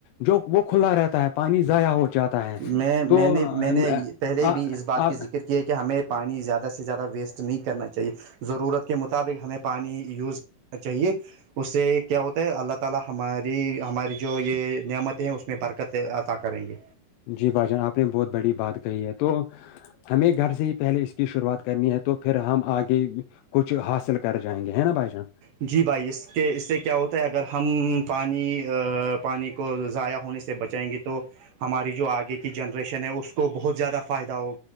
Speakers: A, on the left; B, on the right.
A: جو وہ کھلا رہتا ہے پانی ضائع ہو جاتا ہے
B: میں میں
A: تو
B: نے میں نے پہلے بھی اس بات کی ذکر کیا کہ ہمیں پانی زیادہ سے زیادہ ویسٹ نہیں کرنا چاہیے ضرورت کے مطابق ہمیں پانی یوز کرنا چاہیے اسے کیا ہوتا ہے اللہ تعالی ہماری ہماری جو یہ نعمتیں ہیں اس میں برکت سے عطا کریں گے
A: جی بھائی جان آپ نے بہت بڑی بات کہی ہے تو ہمیں گھر سے ہی پہلے اس کی شروعات کرنی ہے تو پھر ہم آگے کچھ حاصل کر جائیں گے ہیں نا بھائی جان
B: جی بھائی اس کے اس سے کیا ہوتا ہے اگر ہم پانی پانی کو ضائع ہونے سے بچا جائیں گے تو ہماری جو آگے کے جنریشن ہے اس کو بہت زیادہ فائدہ ہو